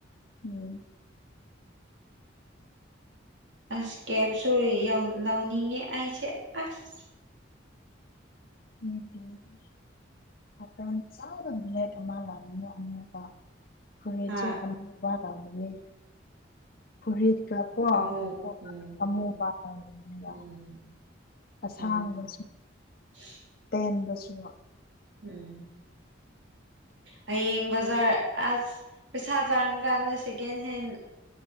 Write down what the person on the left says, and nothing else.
ꯎꯝ
<unintelligible> ꯃꯇꯝ ꯆꯥꯗꯅ ꯂꯦꯇ ꯑꯃꯥ <unintelligible> ꯐꯨꯔꯤꯠꯁꯨ
ꯑꯥꯃꯨꯕꯥ ꯂꯥꯟꯅꯤꯡꯏ ꯐꯨꯔꯤꯠ ꯀ
ꯀꯣ
ꯑꯃꯨꯕ ꯂꯧꯅꯤꯡꯏꯕꯥ
ꯑꯁꯥꯡꯕꯁꯨ
ꯇꯦꯟꯕꯁꯨ